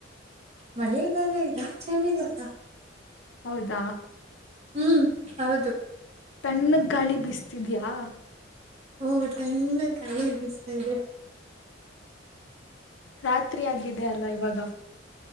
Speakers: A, on the right; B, on the left.
A: ಮಳೆಗಾಲ ಇಲ್ಲ ಚಳಿಗಾಲ
B: ಹೌದಾ
A: ಹ್ಮ್ ಹೌದು
B: ತಣ್ಣಗೆ ಗಾಳಿ ಬಿಸ್ತಿದ್ಯಾ
A: ಹೂ ತಣ್ಣಿಗೆ ಗಾಳಿ ಬಿಸ್ತಾ ಇದೆ
B: ರಾತ್ರಿ ಆಗಿದೆ ಅಲ್ಲ ಇವಾಗ